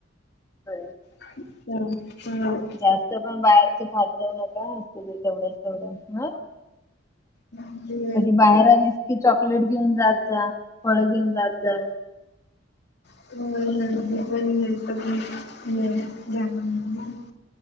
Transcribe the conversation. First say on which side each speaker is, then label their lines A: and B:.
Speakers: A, on the left; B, on the left.
A: हय <unintelligible>
B: हा हम <unintelligible>
A: जास्त पण बाहेरच खात जाऊ नका असुदे जेवढ्याच तेवढं हा.
B: अम्म <unintelligible>
A: कधी बाहेर आलीस की चॉकलेट घेऊन जात जा, फळ घेऊन जात जा.
B: हो ह जा <unintelligible>